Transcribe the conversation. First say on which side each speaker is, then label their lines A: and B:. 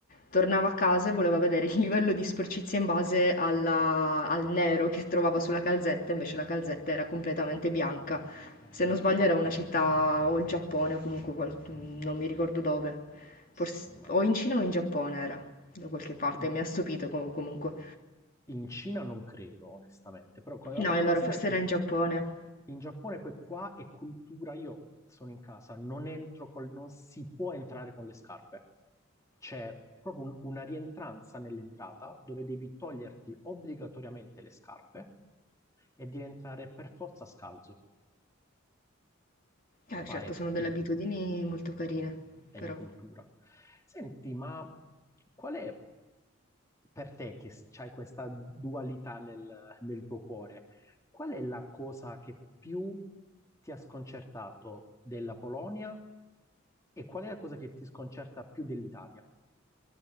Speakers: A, on the left; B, on the left.
A: tornava a casa e voleva vedere il livello di sporcizia in base alla- al nero che trovava sulla calzetta, invece la calzetta era completamente bianca.
B: Eh,
A: Se non sbaglio era una città o il Giappone o comunque qual- non mi ricordo dove,
B: sì,
A: forse
B: ma
A: o in Cina o in Giappone era. Da qualche parte,
B: oddio,
A: mi ha stupito com comunque.
B: in Cina non credo, onestamente. Però, co- vabbè,
A: No, e
B: considera
A: allora forse
B: che
A: era in Giappone.
B: in Giappone poi qua è cultura. Io sono in casa, non entro col- non si può entrare con le scarpe. C'è proprio un- una rientranza nell'entrata dove devi toglierti obbligatoriamente le scarpe e devi entrare per forza scalzo.
A: Eh,
B: Qua
A: certo,
B: è,
A: sono
B: è
A: delle
B: di
A: abitudini molto carine,
B: e
A: però.
B: di cultura. Senti, ma qual è per te che hai questa dualità nel, nel tuo cuore? Qual è la cosa che più ti ha sconcertato della Polonia e qual è la cosa che ti sconcerta più dell'Italia?